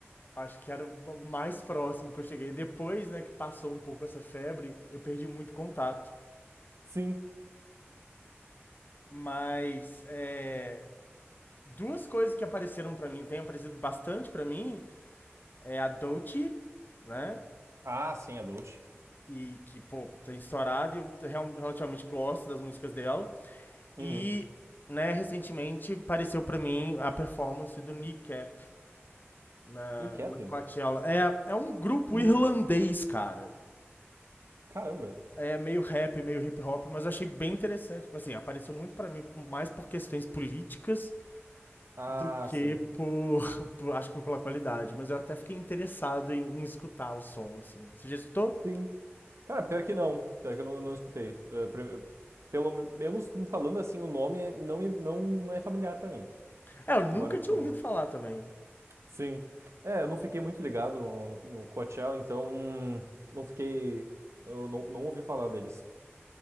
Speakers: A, on the left (about 45°); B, on the right (about 85°).
A: Acho que era o mais próximo que eu cheguei. Depois, né, que passou um pouco essa febre, eu perdi muito contato.
B: Sim.
A: Mas é, duas coisas que apareceram pra mim, tem aparecido bastante pra mim, é a Dolce, né?
B: Ah, sim, adult.
A: E que, pô, tem estourado e eu real- relativamente gosto das músicas dela. E,
B: Uhum.
A: né, recentemente apareceu pra mim a performance do Kneecap na,
B: E cap?
A: na Coachella. É, é um grupo
B: Uhum.
A: irlandês, cara.
B: Caramba.
A: É meio rap, meio hip hop, mas eu achei bem interessante. Tipo assim, apareceu muito pra mim mais por questões políticas
B: Ah,
A: do que
B: sim.
A: por, <laughs> por- acho que pela qualidade, mas eu até fiquei interessado em, em escutar o som assim. Você já escutou?
B: Sim, Cara, pior que não. Pior que eu não, não escutei. Eh, pre- pelo menos tu me falando assim, o nome não, me, não, não é familiar pra mim.
A: É, eu nunca
B: Embora, tipo.
A: tinha ouvido falar também.
B: Sim. É, eu não fiquei muito ligado no, no, no Coachella, então. hum, Não fiquei. Eu não, não ouvi falar deles.